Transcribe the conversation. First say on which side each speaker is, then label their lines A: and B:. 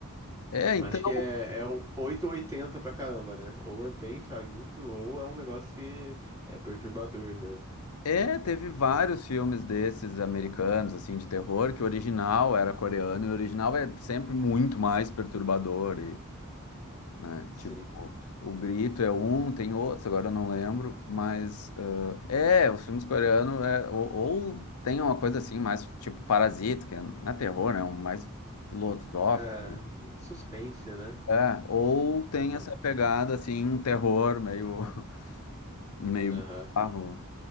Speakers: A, on the left; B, on the right.
A: É, então,
B: Mas que é, é um 8 ou 80 pra caramba, né? Ou é bem fajuto, ou é um negócio que é perturbador mesmo.
A: é, teve vários filmes desses americanos, assim, de terror, que o original era coreano, e o original é sempre muito mais perturbador né?
B: Sim.
A: Tipo, o Grito é um, tem outros, agora eu não lembro, mas ãh, é, os filmes coreanos é, ou, ou tem uma coisa assim, mais tipo Parasita, que é, não é terror, né? É Um mais filosófico,
B: É, suspense, né?
A: é, ou tem
B: Pá.
A: essa pegada assim, um terror meio, <laughs> meio
B: Aham.
A: bizarro,